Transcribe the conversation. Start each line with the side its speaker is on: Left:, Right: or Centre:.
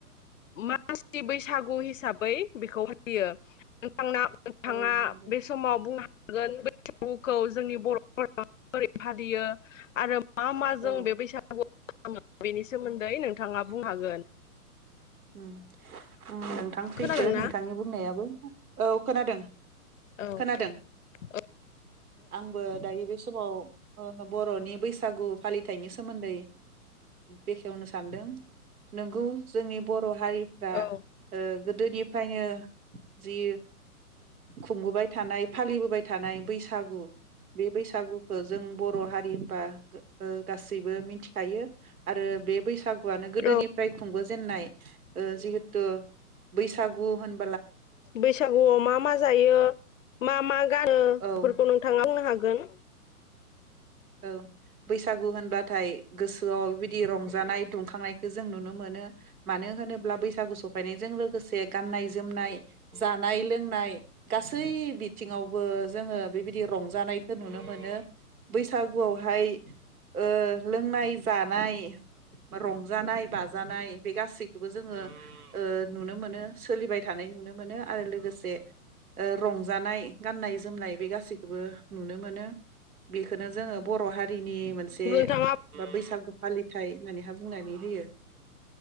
Left: मानसि बैसागु हिसाबै बेखौ होयो थांना नोथाङा
Right: औ नंगौ
Left: बेस बुंनो हागोन बैसागुखौ जोंनि बर'फोरा माबोरै फालियो आरो मा मा जों
Right: औ
Left: बे बैसागुआव बेनि सोमोन्दै नोंथाङा बुंनो हागोन
Right: उम उम नोंथां
Left: खोनादोंना
Right: सैथो नोंथांनि बुंनायाबो औ खोनादों
Left: औ
Right: खोनादों
Left: औ
Right: आंबो दायो बे समाव बर'नि बैसागु फालिथाइनि सोमोन्दै बेखेवनो सानदों नोंगौ जोंनि बर' हारिफ्रा
Left: औ
Right: गोदोनिफ्रायनो जि खुंबोबाय थानाय फालिबोबाय थानाय बैसागु औ बे बैसागुखौ जों बर' हारि होनबा गासैबो मिथिखायो आरो बे बैसागु आनो गोदोनिफ्राय
Left: औ
Right: खुंबो होन्नाय जिहेथु बैसागु होन
Left: बैसागुआव मा मा जायो मा मा गानो बेफोरखौ
Right: औ
Left: नोंथाङा होननो बुंनो हागोन
Right: औ बैसागु होनबाथाय गोसोआव बिबायदि रंजानाय दुंखांनायखौ जों नुनो मोनो मानो होनोब्ला बैसागु सफैनायजों लोगोसे गाननाय जोमनाय जानाय लोंनाय गासै बिथिङावबो जोङो बेबायदि रंजानायखौ नुनो मोनो बैसागुआवहाय ओ लोंनाय जानाय रंजानाय बाजानाय बे गासैखौबो जोङो ओ नुनो मोनो सोलिबाय थानाय नुनो मोनो आरो लोगोसे रंजानाय गाननाय जोमनाय बे गासैखौबो नुनो मोनो बेखौनो जोङो बर' हारिनि मोनसे
Left: नोंथाङा औ
Right: बा बैसागु फालिथाय होननानैहा बुंनानै होयो